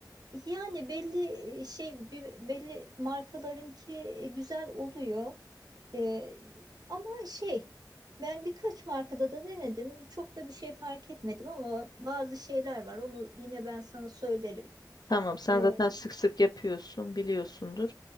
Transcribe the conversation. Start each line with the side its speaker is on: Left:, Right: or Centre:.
Right: E, Yani belli e, şey bir- belli markalarınki e, güzel oluyor. Ee, ama şey ben birkaç markada da denedim. Çok da bir şey fark etmedim ama bazı şeyler var. Onu yine ben sana söylerim.
Left: Tamam sen
Right: Ee,
Left: zaten sık sık yapıyorsun biliyorsundur.